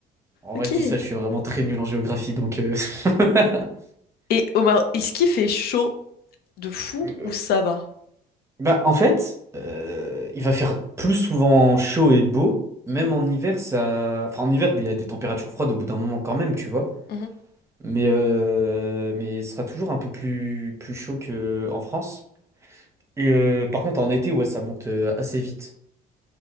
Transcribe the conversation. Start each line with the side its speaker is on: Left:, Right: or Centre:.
Right: En
Left: Ok.
Right: vrai, je dis ça, je suis vraiment très nul en géographie, donc... euh, <laughs>
Left: Et au Maroc, est-ce qu'il fait chaud de fou
Right: Euh,
Left: ou ça va?
Right: Bah, en fait, euh, il va faire plus souvent chaud et beau, même en hiver, ça... Enfin, en hiver, il y a des températures froides au bout d'un moment quand même, tu vois.
Left: Mhm,
Right: mais, euh, mais ce sera toujours un peu plus, plus chaud qu'en France. Et euh, par contre, en été, ouais, ça monte euh, assez vite.